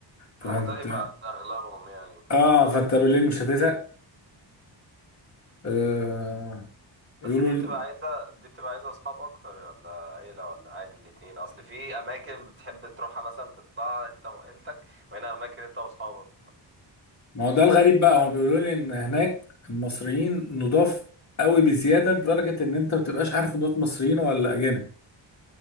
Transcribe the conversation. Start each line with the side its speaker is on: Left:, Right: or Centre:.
Left: فانت
Right: مختلفه عن اغلبهم يعني وكده
Left: اه فانت بالليل مش هتزهق آه
Right: بس
Left: يقولوا
Right: دي بتبقى عايزة دي بتبقى عايزة أصحاب أكتر ولا عيلة ولا عادي الاتنين أصل في أماكن بتحب تروحها مثلا تطلع أنت وعيلتك وهنا أماكن أنت وأصحابك
Left: ما هو ده الغريب بقى هم بيقولوا لي ان هناك المصريين نضاف قوي بزياده لدرجه ان انت ما بتبقاش عارف ان دول مصريين ولا اجانب